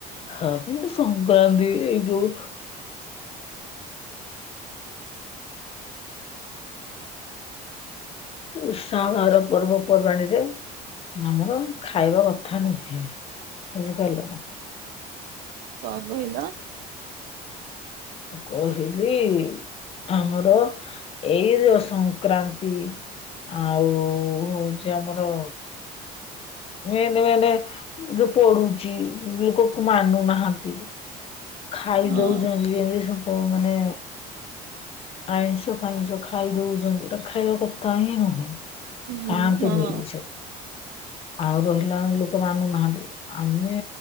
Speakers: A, on the left (about 35°); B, on the right (about 65°).
A: ହଁ କିନ୍ତୁ ସଂକ୍ରାନ୍ତି ଏଇ ଯୋଉ ଉତ୍ସାହ ବାର ପର୍ବପର୍ବାଣିୀରେ ଆମର ଖାଇବା କଥା ନୁହେଁ ବୁଝିପାରିଲ ନା।
B: କ କହିଲ।
A: କହିଲି ଆମର ଏଇ ଯୋଉ ସଂକ୍ରାନ୍ତି ଆଉ ହଉଚି ଆମର ମେନ୍-ମେନ୍ ଯୋଉ ପଡୁଚି ଲୋକକୁ ମାନୁନାହାଁନ୍ତି ଖାଇ
B: ହଁ
A: ଦଉଛନ୍ତି ଏବେ ସବୁ ମାନେ ଆଇଁଷ ପାଇଁଷ ଖାଇ ଦଉଚନ୍ତି ଏଟା ଖାଇବା କଥା ହିଁ ନୁହେଁ।
B: ହଁ
A: ଖାଆନ୍ତିନି
B: ହଁ
A: ବି ସେ ଆଉ ରହିଲା ଲୋକ ମାନୁନାହାନ୍ତି ଆମେ